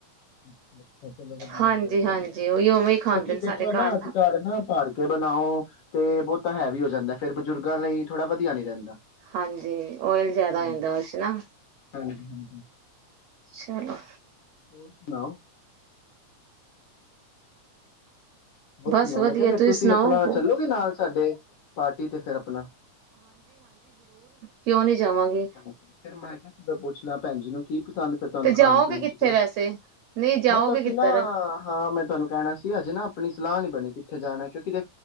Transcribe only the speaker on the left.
ਹਾਂਜੀ ਹਾਂਜੀ
ਬਹੁਤ ਬਹੁਤ ਵਧੀਆ
ਕਿਉਂਕਿ
ਦੇਖੋ
ਨਾ
ਅਸੀ ਕਰਦੇ ਆ ਨਾ ਭਰਕੇ ਬਣਾਉ ਤੇ ਬਹੁਤ ਪਤਾ ਹੈਵੀ ਹੋ ਜਾਂਦਾ ਇਹ ਫਿਰ ਬਜੁਰਗਾ ਲਈ ਥੋੜਾ ਵਧੀਆ ਨਹੀਂ ਰਹਿੰਦਾ
ਹਾਂਜੀ
ਹਾਂਜੀ
ਹਮ ਨਾ ਹੋਰ
ਸੁਣਾ
ਮੈਂ ਕਿਹਾ ਫੇਰ
ਤੁਸੀ
ਆਪਣਾ ਚੱਲੋਗੇ ਨਾਲ ਸਾਡੇ ਪਾਰਟੀ ਤੇ ਫਿਰ ਆਪਣਾ
ਹਾਂਜੀ ਫੇਰ ਮੈ ਕਿਆ ਮੈਂ ਪੁੱਛ ਲਾ ਭੈਣ ਜੀ ਨੁੰ ਕੀ ਪਸੰਦ ਤੇ ਤੁਹਾਨੂੰ ਖਾਣ
ਪੀਣ ਵਿੱਚ
ਕੁਛ
ਬਸ ਅਸੀ
ਨਾ ਹਾ ਮੈਂ ਤੁਹਾਨੂੰ ਕਹਿਣਾ ਸੀ ਹਜੇ ਨਾ ਆਪਣੀ ਸਲਾਹ ਨੀ ਬਣੀ ਕਿਥੇ ਜਾਣਾ ਕਿਉਂਕਿ